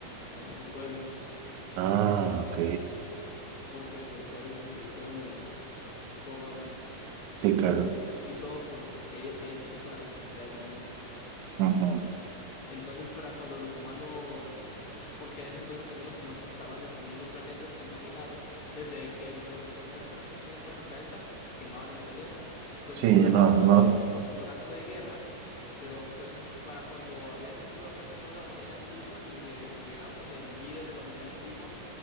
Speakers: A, on the left (about 45°); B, on the right (about 80°).
A: hacia su pueblo.
B: Ah, ok.
A: Porque pues ya ves lo que hicieron los, los Forerunners.
B: Sí, claro.
A: Y todo porque ellos querían que hacer con la responsabilidad del mundo.
B: Ujú.
A: Entonces, para cuando los humanos, porque en ese entonces también los humanos estaban destruyendo planetas contaminados, desde que localizaron una pequeña explosión en el planeta, quemaban el planeta. Los
B: Sí,
A: foreigners
B: no,
A: lo tomaron
B: no.
A: como si fuera un acto de guerra, pero fue mu- para cuando habían destruido casi toda la humanidad antigua y se llegaron con el líder de la humanidad antigua,